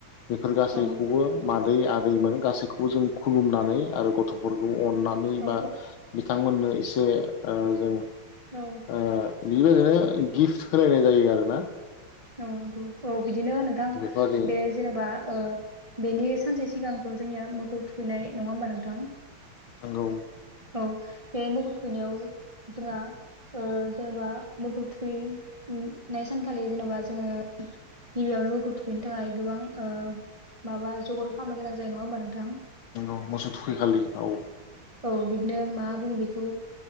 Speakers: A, on the left (about 75°); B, on the right (about 35°).
A: बेफोर गासैखौबो
B: औ
A: मा आदै आदैमोन गासैखौबो जों खुलुमनानै आरो गथ'फोरखौ अननानै
B: औ
A: बा बिथांमोननो एसे ओ जों ओ
B: औ
A: बेबायदिनो गिफ्ट होलायनाय जायो आरो ना?
B: औ नंगौ औ बिदिनो नोंथां
A: बेफोरबादि
B: बे जेनेबा ओ बेनि सानसे सिगांथ जोंनिया मोगौ थुखैनाय नङा होमबा नोंथां?
A: नंगौ।
B: औ बे मोसौ थुयैनायाव जोंहा ओ जेनेबा मोसौ थुयैनाय सानखालि जेनेबा जोङो गिबियावनो मोसौ थुखैनो थाखाय गोबां ओ माबा जगार खालामनो गोनां जायो नङा होमबा नोंथां?
A: नोंगौ मोसौ थुखैखालि औ
B: औ बिदिनो मा बुङो बेखौ